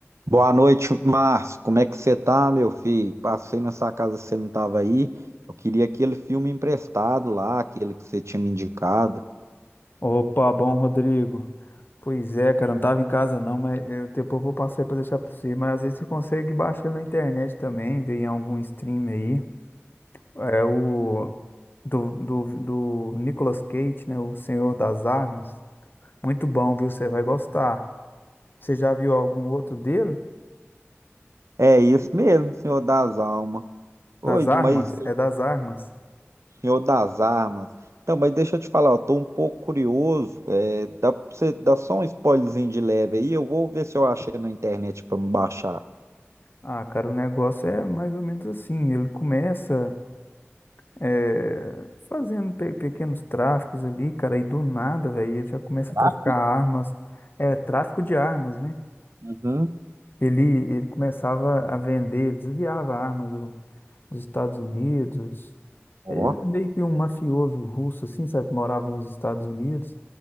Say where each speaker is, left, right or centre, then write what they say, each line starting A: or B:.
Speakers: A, on the right; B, on the left.
A: Boa noite, Márcio. Como é que você tá, meu filho? Passei na sua casa, você não tava aí. Eu queria aquele filme emprestado lá, aquele que você tinha me indicado.
B: Opa, bom, Rodrigo. Pois é, cara, eu não tava em casa não, mas eu depois vou passar aí pra deixar pra você. Mas às vezes você consegue baixar ele na internet também, ver em algum stream aí. É o do, do, do Nicolas Cage, né? O Senhor das Armas. Muito bom, viu? Você vai gostar. Você já viu algum outro dele?
A: É isso mesmo, Senhor das Almas. Oi,
B: Das armas?
A: mas
B: É das armas.
A: Senhor das Armas. Então, mas deixa eu te falar, eu tô um pouco curioso. É, dá, pra você dá só um spoilerzinho de leve aí, eu vou ver se eu achei na internet pra me baixar.
B: Ah, cara, o negócio é mais ou menos assim. Ele começa. é, fazendo pe- pequenos tráficos ali, cara, e do nada, velho, ele já começa
A: Tá?
B: a traficar armas, é, tráfico de armas, né?
A: Uhum.
B: Ele, ele começava a vender, desviava a arma do, dos Estados Unidos.
A: Ó.
B: Ele é meio que um mafioso russo, assim, sabe? que Morava nos Estados Unidos